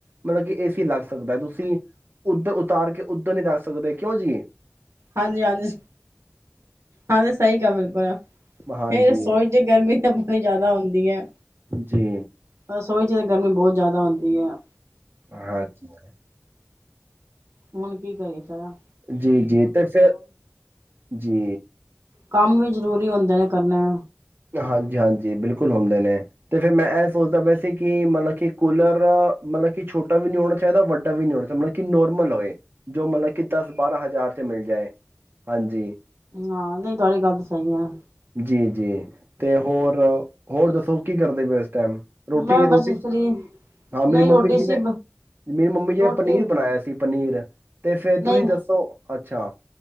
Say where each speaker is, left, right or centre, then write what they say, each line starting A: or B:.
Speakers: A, on the right; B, on the right.
A: ਮਤਲਬ ਕਿ ਏ ਸੀ ਲੱਗ ਸਕਦਾ ਤੁਸੀਂ ਤੁਸੀਂ ਉੱਧਰ ਉਤਾਰ ਕੇ ਉੱਧਰ ਨਹੀਂੀ ਰੱਖ ਸਕਦੇ ਕਿਉਂ ਜੀਏ
B: ਹਾਂਜੀ ਹਾਂਜੀ ਹਾਂਜੀ ਸਹੀ ਕਿਹਾ ਬਿਲਕੁਲ
A: ਹਾਂਜੀ
B: ਨਹੀਂ ਰਸੋਚ ਗਰਮੀ ਤਾਂ ਬਹੁਤ ਜ਼ਿਆਦਾ ਹੁੰਦੀ ਹੈ
A: ਜੀ
B: ਬਸੋਹੀ ਜੀ ਤੇ ਗਰਮੀ ਬਹੁਤ ਜ਼ਿਆਦਾ ਹੁੰਦੀ ਜਧਆ
A: ਹਾਂਜੀ ਹੈ
B: ਹੁਣ ਕੀ ਕਰੀ ਤਰਾ
A: ਜੀ ਜੀ ਤੇ ਫਿਰ ਜੀ
B: ਕੰਮ ਵੀ ਜਰੂਰੀ ਹੁੰਦੇ ਨੇ ਕਰਨੇ
A: ਹਾਂਜੀ ਹਾਂਜੀ ਬਿਲਕੁਲ ਹੁੰਦੇ ਨੇ ਤੇ ਫਿਰ ਮੈਂ ਇਹ ਸੋਚਦਾ ਮੈਂ ਜਿੱਥੇ ਕਿ ਮਤਲਬ ਕਿ ਕੂਲਰ ਮਤਲਬ ਕਿ ਛੋਟਾ ਵੀ ਨਹੀਂ ਹੋਣਾ ਚਾਹੀਦਾ ਵੱਡਾ ਵੀ ਨਹੀਂ ਹੋਣਾ ਚਾਹੀਦਾ ਮਤਲਬ ਕਿ ਨੋਰਮਲ ਹੋਏ ਜੋ ਮਤਲਬ ਕਿ ਦਸ ਬਾਰਾਂ ਹਜ਼ਾਰ 'ਚ ਮਿਲ ਜਾਏ ਹਾਂਜੀ
B: ਹਾਂ ਨਹੀਂ ਤੁਹਾਡੀ ਗੱਲ ਸਹੀ ਆ
A: ਜੀ ਜੀ ਤੇ ਹੋਰ ਹੋਰ ਦੱਸੋ ਕੀ ਕਰਦੇ ਪ ਟਮ ਰੋਟੀ
B: ਮੈਂ ਬਸ
A: ਰੋਟੀ ਚ
B: ਫਰੀ
A: ਹਾਂ ਮੇਰੀ
B: ਨਹੀਂ ਰੋਟੀ
A: ਮੰਮੀ ਜੀ
B: ਸੀ
A: ਨੇ ਮੇਰੀ ਮੰਮੀ ਜੀ
B: ਰੋਟੀ
A: ਨੇ ਪਨੀਰ ਬਣਾਇਆ ਸੀ ਪਨੀਰ ਤੇ ਫੇਿਰ ਤੁਸੀਂ
B: ਨਹੀਂ
A: ਦੱਸੋ ਅੱਛਾ